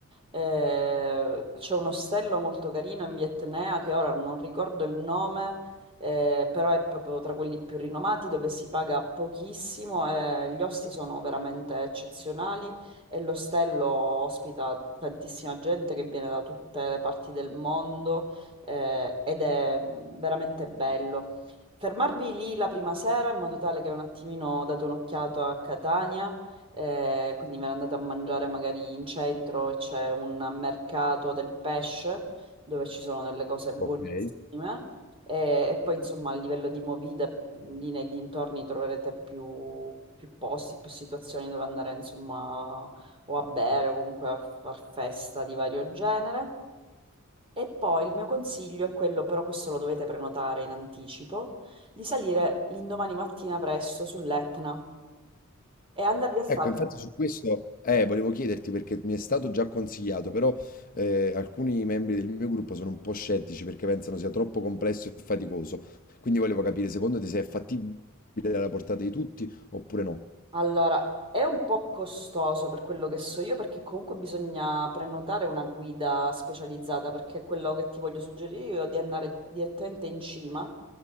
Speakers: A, on the right; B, on the left.
A: eh, c'è un ostello molto carino in via Etnea che ora non ricordo il nome, eh, però è proprio tra quelli più rinomati dove si paga pochissimo e gli osti sono veramente eccezionali e l'ostello ospita tantissima gente che viene da tutte le parti del mondo eh, ed è mh, veramente bello. Fermarvi lì la prima sera in modo tale che un attimino date un'occhiata a Catania, eh, quindi me ne andate a mangiare magari in centro e c'è un mercato del pesce dove ci sono delle cose buonissime.
B: ok.
A: E, e poi insomma a livello di movida, lì nei dintorni troverete più, più posti, più situazioni dove andare insomma o a bere o comunque a far festa di vario genere. E poi il mio consiglio è quello, però questo lo dovete prenotare in anticipo, di salire l'indomani mattina presto sull'Etna e andarvi a fare...
B: Ecco, infatti su questo eh, volevo chiederti perché mi è stato già consigliato, però eh, alcuni membri del mio gruppo sono un po' scettici perché pensano sia troppo complesso e faticoso. Quindi volevo capire, secondo te, se è fattibile alla portata di tutti oppure no?
A: Allora, è un po' costoso per quello che so io, perché comunque bisogna prenotare una guida specializzata, perché quello che ti voglio suggerire io è di andare direttamente in cima